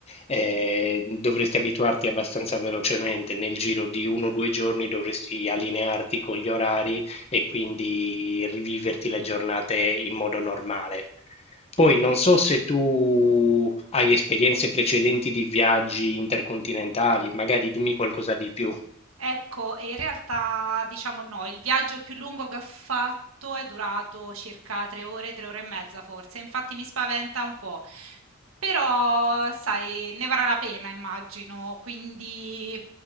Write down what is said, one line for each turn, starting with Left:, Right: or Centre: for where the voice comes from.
Left: eh, dovresti abituarti abbastanza velocemente, nel giro di uno o due giorni dovresti allinearti con gli orari e quindi riviverti le giornate in modo normale. Poi non so se tu hai esperienze precedenti di viaggi intercontinentali, magari dimmi qualcosa di più.
Right: Ecco, e in realtà diciamo no, il viaggio più lungo che ho fatto è durato circa 3 ore, 3 ore e mezza forse, infatti mi spaventa un po', però sai, ne varrà la pena immagino, quindi